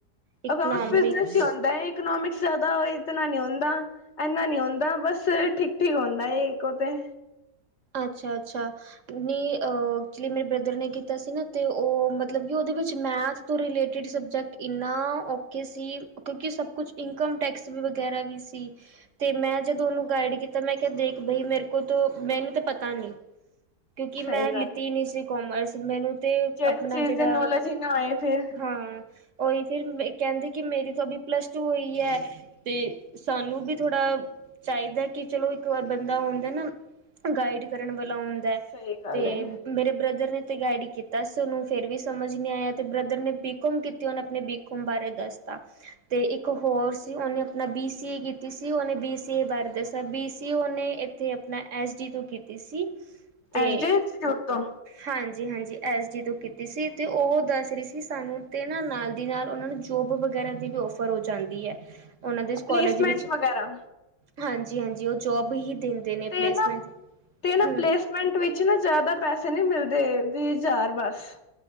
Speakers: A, on the right; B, on the left.
A: ਇਕਨੋਮਿਕਸ
B: ਅਕਾਊਂਟ ਬਿਜਨਸ ਹੀ ਹੁੰਦਾ ਹੈ, ਇਕਨੋਮਿਕਸ ਜਾਂਦਾ ਇਤਨਾ ਨੀ ਹੁੰਦਾਂ। ਇੰਨਾ ਨੀ ਹੁੰਦਾ ਬਸ ਠੀਕ-ਠੀਕ ਹੁੰਦਾ ਏ ਇਕੋ ਤੇ।
A: ਅੱਛਾ-ਅੱਛਾ। ਨਈ ਅਹ ਐਕਚੁਲੀ ਮੇਰੇ ਬ੍ਰਦਰ ਨੇ ਕੀਤਾ ਸੀ ਨਾ। ਤੇ ਉਹ ਮਤਲਬ ਕਿ ਉਹਦੇ ਵਿੱਚ ਮੈਥ ਤੋਂ ਰਿਲੇਟਿਡ ਸਬਜੈਕਟ ਇੰਨਾ ਔਖੇ ਸੀ, ਕਿਉਂਕਿ ਸਭ ਕੁਛ ਇਨਕਮ ਟੈਕਸ ਵੀ ਵਗੈਰਾ ਵੀ ਸੀ। ਤੇ ਮੈਂ ਜਦੋਂ ਉਹਨੂੰ ਗਾਈਡ ਕੀਤਾ, ਮੈਂ ਕਿਹਾ ਦੇਖ ਬਾਈ ਮੇਰੇ ਕੋਲ ਤਾਂ ਮੈਨੂੰ ਤਾਂ ਪਤਾ ਨੀ। ਕਿਉਂਕਿ ਮੈਂ
B: ਸਹੀ ਗੱਲ
A: ਲਿੱਤੀ
B: ਹੈ
A: ਨਹੀਂ ਸੀ ਕੋਮਰਸ, ਮੈਨੂੰ ਤੇ
B: ਜਿਹੜੀ
A: ਆਪਣਾ
B: ਚੀਜ਼
A: ਜਿਹੜਾ
B: ਦੀ ਨੌਲੇਜ ਹੀ ਨਾ ਹੋਏ ਫਿਰ
A: ਹਾਂ ਉਹੀ ਫਿਰ ਕਹਿੰਦੀ ਕਿ ਮੇਰੀ ਤੋਂ ਵੀ ਪਲੱਸ ਟੂ ਹੋਈ ਹੈ। ਤੇ ਸਾਨੂੰ ਵੀ ਥੋੜਾ ਚਾਹੀਦਾ ਕਿ ਚਲੋ ਇੱਕ ਵਾਰ ਬੰਦਾ ਹੁੰਦਾ ਨਾ ਗਾਈਡ ਕਰਨ ਵਾਲਾ ਹੁੰਦਾ ਏ
B: ਸਹੀ ਗੱਲ
A: ਤੇ
B: ਹੈ
A: ਮੇਰੇ ਬ੍ਰਦਰ ਨੇ ਤਾਂ ਗਾਈਡ ਕੀਤਾ ਸੀ ਉਹਨੂੰ, ਫਿਰ ਵੀ ਸਮਝ ਨਹੀਂ ਆਇਆ। ਤੇ ਬ੍ਰਦਰ ਨੇ ਬੀਕੋਮ ਕੀਤੀ ਉਹਨੇ ਆਪਣੇ ਬੀ ਕੋਮ ਬਾਰੇ ਦੱਸਦਾ। ਤੇ ਇੱਕ ਹੋਰ ਸੀ ਉਹਨੇ ਆਪਣਾ ਬੀ ਸੀ ਏ ਕੀਤੀ ਸੀ, ਉਹਨੇ ਬੀ ਸੀ ਏ ਬਾਰੇ ਦੱਸਿਆ ਬੀ ਸੀ ਏ ਓਨੇ ਆਪਣਾ ਐਸ ਡੀ ਤੋਂ ਕੀਤੀ ਸੀ। ਤੇ
B: ਐਸ ਡੀ ਇੰਸਟੀਚਿਊਟ ਤੋਂ
A: ਹਾਂਜੀ-ਹਾਂਜੀ ਐਸ ਡੀ ਤੋਂ ਕੀਤੀ ਸੀ। ਤੇ ਉਹ ਦੱਸ ਰਹੀ ਸੀ ਸਾਨੂੰ ਤੇ ਨਾ ਨਾਲ ਦੀ ਨਾਲ ਉਹਨਾਂ ਨੂੰ ਜੋਬ ਵਗੈਰਾ ਦੀ ਵੀ ਔਫਰ ਹੋ ਜਾਂਦੀ ਹੈ, ਉਹਨਾਂ ਦੇ ਇਸ
B: ਪਲੇਸਮੈਂਟ
A: ਕੋਲੇਜ ਵਿੱਚ
B: ਵਗੈਰਾ
A: ਹਾਂਜੀ-ਹਾਂਜੀ ਉਹ ਜੌਬ ਹੀ ਦਿੰਦੇ ਨੇ।
B: ਤੇ
A: ਪਲੇਸਮੈਂਟ
B: ਨਾ, ਤੇ ਨਾ
A: ਹੂੰ
B: ਪਲੇਸ ਮਿੰਟ ਵਿੱਚ ਨਾ ਜਿਆਦਾ ਪੈਸੇ ਨੀ ਮਿਲਦੇ, ਵੀਹ ਹਜ਼ਾਰ ਬਸ।